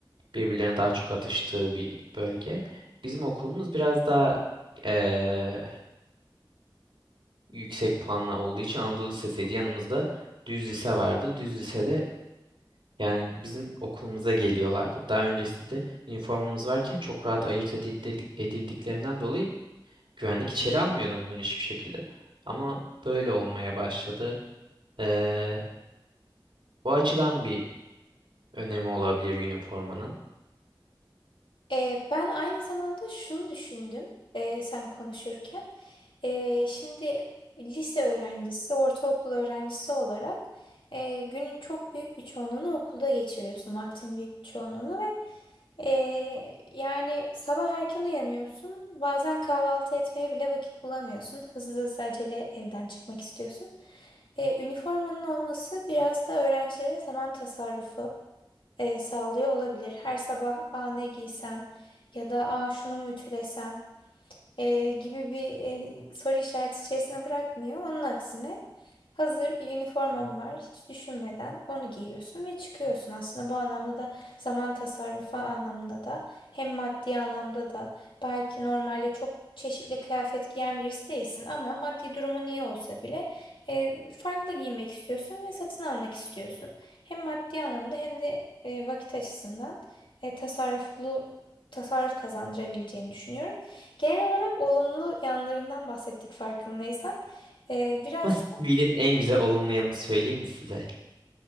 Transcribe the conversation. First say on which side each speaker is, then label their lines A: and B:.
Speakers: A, on the right (about 80°); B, on the left (about 80°).
A: birbirlerine daha çok atıştığı bir bölge. Bizim okulumuz biraz daha eee, yüksek puanla olduğu için Anadolu Lisesi'ydi. Yanımızda düz lise vardı. Düz lisede Yani bizim okulumuza geliyorlardı. Daha öncesinde üniformamız varken çok rahat ayırt edildi- edildiklerinden dolayı güvenlik içeri almıyordu onları hiçbir şekilde. Ama böyle olmaya başladı. Ee, bu açıdan bir önemi olabilir üniformanın.
B: Ee, ben aynı zamanda şunu düşündüm ee, sen konuşurken. Ee, şimdi lise öğrencisi, ortaokul öğrencisi olarak ee, günün çok büyük bir çoğunluğunu okulda geçiriyorsun. Vaktin büyük bir çoğunluğunu ve ee, yani sabah erken uyanıyorsun. Bazen kahvaltı etmeye bile vakit bulamıyorsun. Hızlı hızlı acele evden çıkmak istiyorsun. Ee, üniformanın olması biraz da öğrencilere zaman tasarrufu e, sağlıyor olabilir. Her sabah a ne giysem ya da a şunu mu ütülesem e, gibi bir e, soru işareti içerisine bırakmıyor. Onun aksine hazır bir üniformam var. Hiç düşünmeden onu giyiyorsun ve çıkıyorsun. Aslında bu anlamda da zaman tasarrufu anlamında da hem maddi anlamda da belki normalde çok çeşitli kıyafet giyen birisi değilsin ama maddi durumun iyi olsa bile e, farklı giymek istiyorsun ve satın almak istiyorsun. Hem maddi anlamda hem de e, vakit açısından e, tasarruflu tasarruf kazandırabileceğini düşünüyorum. Genel olarak olumlu yanlarından bahsettik farkındaysan. Ee, biraz
A: Ama sivilin en güzel olumlu yanını söyleyeyim mi size?